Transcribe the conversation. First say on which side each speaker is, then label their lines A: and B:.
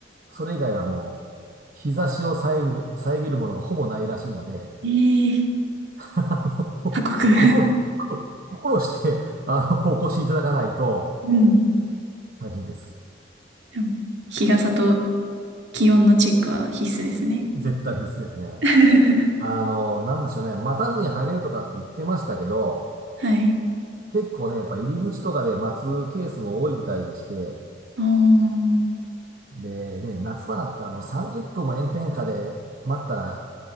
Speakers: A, on the right; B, on the right.
A: それ以外はもう、日差しを遮る、遮るものがほぼないらしいので、
B: ええ
A: <laughs> あの
B: 過酷 <laughs>
A: 心、心して、あの、お越しいただかないと
B: うん。
A: 大変です。
B: でも日傘と気温のチェックは必須ですね。
A: 絶対必須ですね。
B: <laughs>
A: あの、なんでしょうね。待たずに入れるとかって言ってましたけど、
B: はい。
A: 結構ね、やっぱ入り口とかで待つケースも多いみたいでして、
B: おー、
A: で、ね、夏場だったらもう30分も炎天下で待ったら